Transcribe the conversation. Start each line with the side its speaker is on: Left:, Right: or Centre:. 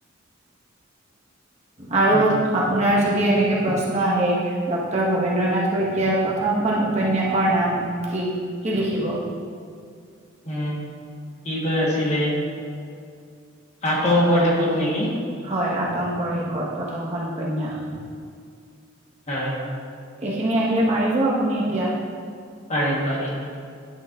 Right: আৰু
Left: উম,
Right: আপোনাৰ যদি এনেকে প্ৰশ্ন আহে- ডক্টৰ ভবেন্দ্ৰ নাথ শইকীয়াৰ প্ৰথমখন উপন্যাসৰ নাম কি? কি লিখিব?
Left: উম্, কিবা আছিলে। 'আতংকৰ শেষ‌ত' নেকি?
Right: হয়, 'আতংকৰ শেষত' প্ৰথমখন উপন্যাস।
Left: অ'।
Right: এইখিনি আহিলে পাৰিব আপুনি এতিয়া?
Left: পাৰিম পাৰিম।